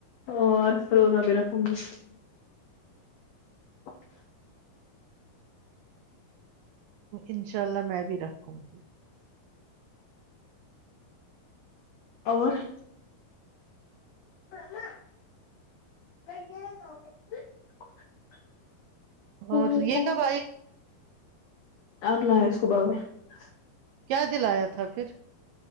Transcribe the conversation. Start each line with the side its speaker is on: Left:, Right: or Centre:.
Left: اور فروزہ بھی رکھوں گی <unintelligible>
Right: انشاء اللہ میں بھی رکھوں گی <unintelligible>
Left: اور <inaudible> <inaudible> وہ
Right: اور
Left: ہے
Right: تو یہ
Left: وہ
Right: کب آائی <unintelligible>
Left: آپ لا ہے اس کو باب میں <unintelligible>
Right: کیا دل آیا تھا پھر <unintelligible>